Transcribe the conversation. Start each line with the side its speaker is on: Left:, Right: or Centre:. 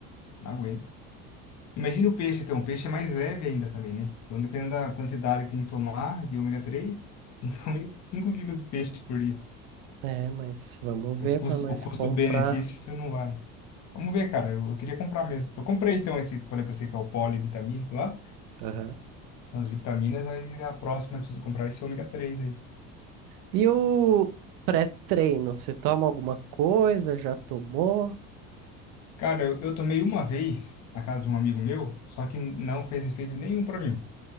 Left: Não aguento. Imagina o peixe, então. O peixe é mais leve ainda também, né? Então, dependendo da quantidade que tem que tomar de ômega 3, <laughs> tem que comer 5 quilos de peixe por dia.
Right: É, mas vamos
Left: O
Right: ver
Left: custo,
Right: para nós
Left: o custo-benefício
Right: comprar.
Left: não vai. Vamos ver, cara. Eu, eu queria comprar mesmo. Eu comprei então esse que eu falei pra você que é o polivitamínico lá.
Right: Aham.
Left: que São as vitaminas, aí a próxima eu preciso comprar é esse ômega três aí.
Right: E o pré-treino, você toma alguma coisa? Já tomou?
Left: Cara, eu, eu tomei uma vez na casa de um amigo meu, só que não fez efeito nenhum pra mim.